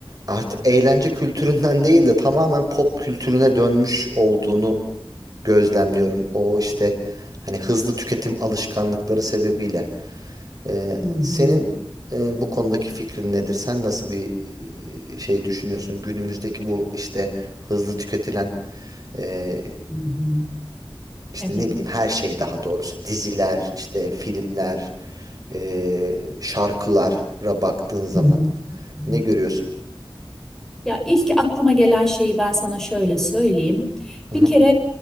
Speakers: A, on the right; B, in the centre.
A: artık eğlence kültüründen <laughs> değil de tamamen pop kültürüne dönmüş olduğunu gözlemliyorum. O işte hani hızlı tüketim alışkanlıkları sebebiyle. Ee,
B: Hı
A: senin
B: hı.
A: e, bu konudaki fikrin nedir? Sen nasıl bir e, şey düşünüyorsun? Günümüzdeki bu işte hızlı tüketilen e,
B: Hı hı.
A: işte
B: Evet.
A: ne bileyim her şey daha doğrusu diziler, işte filmler, e, şarkılara baktığın zaman
B: Hı hı. Hı
A: ne
B: hı.
A: görüyorsun?
B: Ya ilk aklıma gelen şeyi ben sana şöyle söyleyeyim.
A: Hı
B: Bir
A: hı,
B: kere